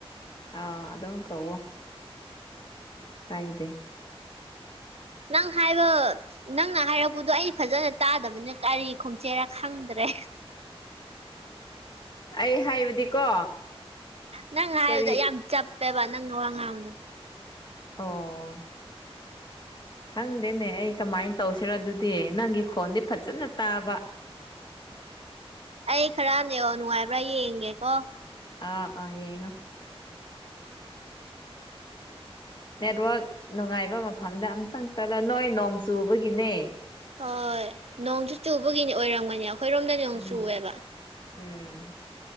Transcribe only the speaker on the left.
ꯑꯥ ꯑ ꯑꯗꯨꯣ ꯀꯋꯣ ꯀꯥꯏꯗꯦ
ꯑꯩ ꯍꯥꯏꯕꯗꯤꯀꯣ
ꯀꯔꯤ
ꯑꯣ ꯈꯪꯗꯦꯅꯦ ꯑꯩ ꯀꯃꯥꯏꯅ ꯇꯧꯁꯤꯔꯣ ꯑꯗꯨꯗꯤ ꯅꯪꯒꯤ ꯈꯣꯟꯗꯤ ꯐꯖꯅ ꯇꯥꯕ
ꯑꯥ ꯑꯥ ꯌꯦꯡꯉꯣ ꯅꯦꯠꯋꯥꯔꯛ ꯅꯨꯡꯉꯥꯏꯕ ꯃꯐꯝꯗ ꯑꯝꯇꯪ ꯆꯠꯂꯣ ꯅꯣꯏ ꯅꯣꯡ ꯆꯨꯕꯒꯤꯅꯦ
ꯎꯝ
ꯎꯝ